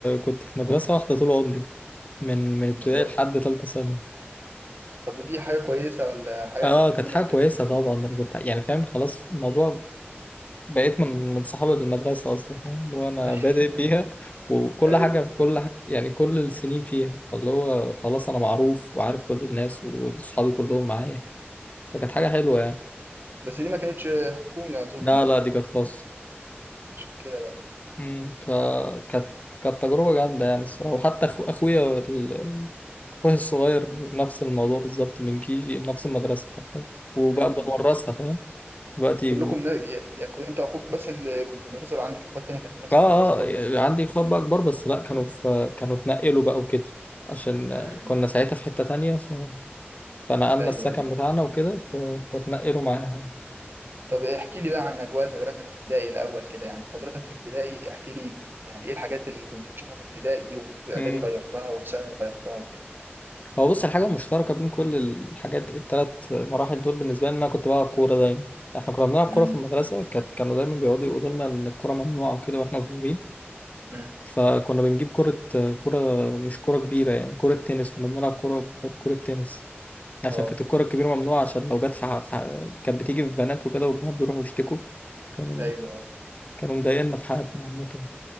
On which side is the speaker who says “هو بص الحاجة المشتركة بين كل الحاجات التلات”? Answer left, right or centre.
Left